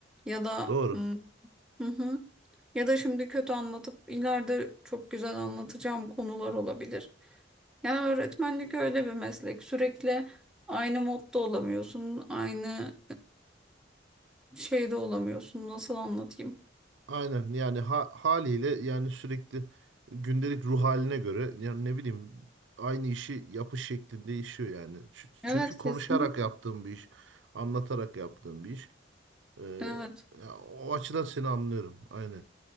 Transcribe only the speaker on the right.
Doğru.
Aynen yani ha- haliyle yani sürekli gündelik ruh haline göre yani ne bileyim aynı işi yapış şekli değişiyor yani. Ç-
Çünkü konuşarak
yaptığım bir iş, anlatarak yaptığım bir iş. Ee,
ya o açıdan seni anlıyorum. Aynen.